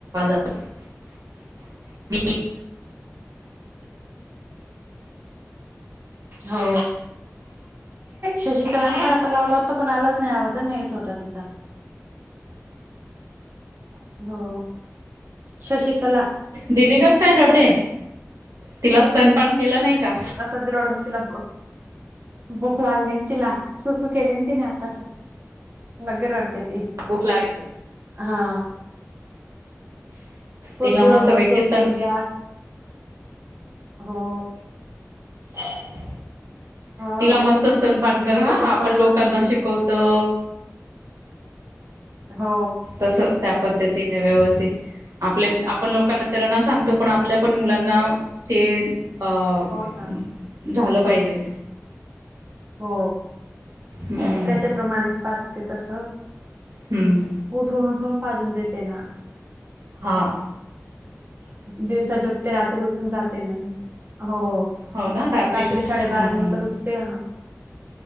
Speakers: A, on the right; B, on the right.
A: <inaudible>
B: <inaudible> <unintelligible> हो, शशिकला नी <unintelligible> आता लावला होता पण आलाच नाही आवाज नाही येत होता तिचा. हो. शशिकला
A: दिदी कस काय रडते? तिला स्तनपान केलं नाही का
B: <unintelligible> रडवतिला ब भूक लागली तिला सुसू केली तिने आताच लगे रडते
A: भूक लागते
B: हा खूप
A: तिला
B: दिवसभर
A: मस्त पैकी
B: झोपली
A: स्तन
B: ती आज. हो.
A: रिकामा ऑडिओ
B: ह
A: तिला मस्त
B: उठून उठून
A: स्तनपान
B: पाजून
A: कर
B: दिलं
A: हा,
B: पण
A: आपण
B: परत
A: लोकांना
B: झोपून गेली
A: शिकवतो.
B: हो
A: तस त्या पद्धतीने व्यवस्थित आपले आपण लोकांना इतरांना सांगतो पण आपल्या पण मुलांना ते हाव.
B: हो ना
A: झालं पाहिजे.
B: हो.
A: हम्म
B: त्याच्या प्रमाणेच पाजते तसं.
A: हम्म
B: उठून.. हो पाजून देते ना.
A: हां.
B: दिवसा झोपते रात्री उठून जगते ना. हो.
A: हो ना
B: रात्री साडेबारा
A: हम्म
B: नंतर उठते